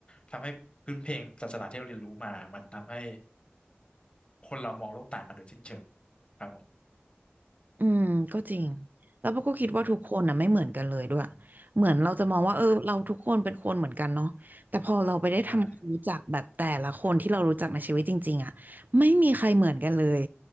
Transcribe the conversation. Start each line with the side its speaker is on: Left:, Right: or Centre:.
Left: ทำให้พื้นเพลงศาสนาที่เราเรียนรู้มามันทำให้คนเรามองโลกต่างกันโดยสิ้นเชิงครับผม
Right: อืมก็จริง
Left: อืม
Right: แล้วพวกก็คิดว่าทุกคนน่ะไม่เหมือนกันเลยด้วย
Left: อืม
Right: เหมือนเราจะมองว่าเออเราทุกคนเป็นคนเหมือนกันเนาะแต่พอเราไปได้ทำความรู้จักแบบแต่ละคนที่เรารู้จักในชีวิตจริงๆอ่ะไม่มีใครเหมือนกันเลย
Left: อืมใช่